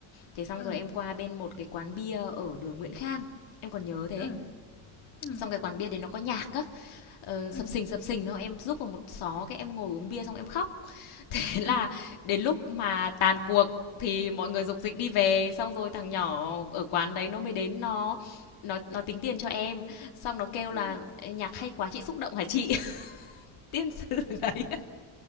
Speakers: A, on the left; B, on the left.
A: Thế xong
B: ờ
A: rồi em qua bên một cái quán bia ở đường Nguyễn Khang, em còn nhớ thế.
B: ờ ờ
A: Xong cái quán bia đấy nó có nhạc á, ờ, sập
B: ờ
A: sình, sập sình, thôi em núp vào một xó, cái em ngồi uống bia xong em khóc thế
B: ờ
A: là đến lúc mà tàn cuộc thì mọi người dục dịch đi về xong rồi thằng nhỏ ở quán đấy nó mới đến nó nó nó tính tiền cho em xong nó kêu
B: Ừ,
A: là nhạc hay quá chị xúc động hả chị <laughs> tiên sư đấy